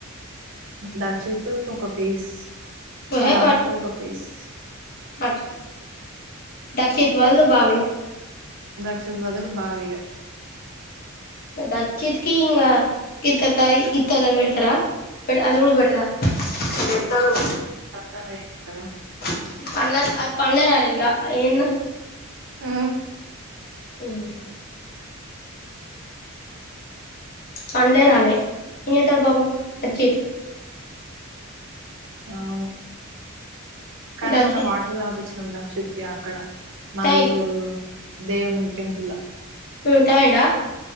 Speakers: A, on the right; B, on the left.
A: దక్షిత్ కొక్క పీస్
B: ఓహే
A: వాలమ్మకు ఒక పీస్
B: ఆహ దక్షిత్ బదులు బావిగ
A: క్షిత్ బదులు బావిగ
B: దచ్చిత్కి హింగ గిత్త తాయ్ గిత్తంత పెడతార బట్ అది గూడా పేట్రా పెట్టరు
A: అట్లనే కదా
B: <inaudible> పండరాలింకా ఏన్నా
A: ఓ
B: ఉ పన్లె రాలే ఎం చెత్తడు పాపం వచ్చి
A: అవును కానీ
B: దక్షిత్
A: మొన్న వాటర్ దాపిచ్చినాం దక్షిత్ కి అక్కడ మల్లూరు
B: తాగిల్
A: దేవున్ టెంపుల
B: ఉమ్ కైండ